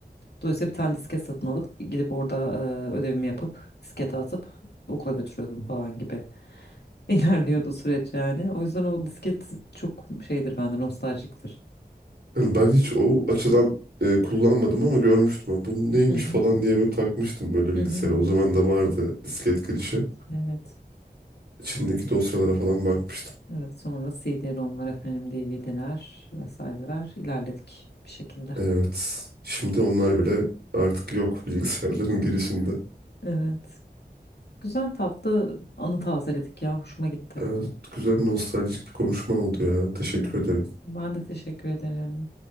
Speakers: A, on the left; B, on the right.
A: Dolayısıyla bir tane disket satın alıp gidip orada e, ödevimi yapıp diskete atıp okula götürüyordum falan gibi <laughs> ilerliyordu süreç yani. O yüzden o disket çok şeydir bende nostaljiktir.
B: Yani ben hiç o açıdan e, kullanmadım ama görmüştüm. Ha, Bu neymiş
A: Hı hı.
B: falan diye böyle takmıştım böyle bilgisayara.
A: Hı hı hı hı.
B: O zaman da vardı disket girişi.
A: Evet.
B: İçindeki dosyalara falan bakmıştım.
A: Evet sonra CD-ROM'lar efendim DVD'ler vesaireler ilerledik bir şekilde.
B: Evet. Şimdi onlar bile artık yok <laughs> bilgisayarların girişinde.
A: Evet. Güzel tatlı anı tazeledik ya hoşuma gitti.
B: Evet, güzel nostaljik bir konuşma oldu ya. Teşekkür
A: Hı.
B: ederim.
A: Ben de teşekkür ederim.